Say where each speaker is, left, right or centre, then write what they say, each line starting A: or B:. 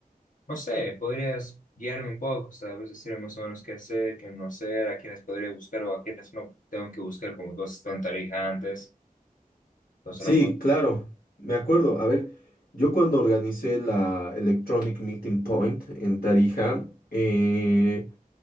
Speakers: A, on the left; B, on the left.
A: no sé, podrías guiarme un poco, ¿sabes? Decirme más o menos qué hacer, qué no hacer, a quiénes podría buscar o a quiénes no tengo que buscar, como tú has estado en Tarija antes, entonces
B: Sí,
A: a lo mejor...
B: claro, me acuerdo. A ver, yo cuando organicé la Electronic Meeting Point en Tarija, eh,